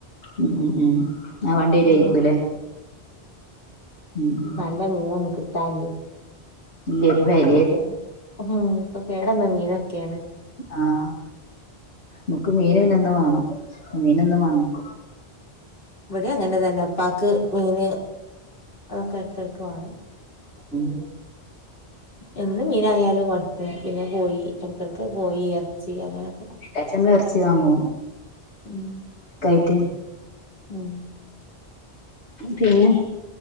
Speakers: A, on the left; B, on the left.
A: ഉം ഉം ഉം ആഹ് വണ്ടി ര്യേയ്രിക്കുല്ലേ
B: എന്നും
A: ഉം ഉം
B: ല്ല മീനന്നുംകിണ്ടാല്ല
A: ല്യേ പ് വേ
B: പ്പക്കേണ് ഹും ഇപ്പ കേടന്ന മീനൊക്കേണ്
A: ആഹ് മ്ക്ക് മീന് പിന്നെന്നും വാണം മീന ന്നും വാങ്ങിക്കും
B: ഇവടി അങ്ങനെ തന്നെ പാക്ക് മീന് അതൊക്കെ എട്ക്കട്ക്ക് വാണം
A: ഉം
B: എന്ത് മീനായാലു മട്ക്കും പിന്നെ കോയി എട്ക്കട്ക്ക് കോയി എർച്ചി അങ്ങനൊക്കെ
A: ഏച്ചമ്മ്ള് എർച്ചി വാങ്ങോ
B: ഉം
A: കൈറ്റ്
B: ഉം
A: പിന്നെ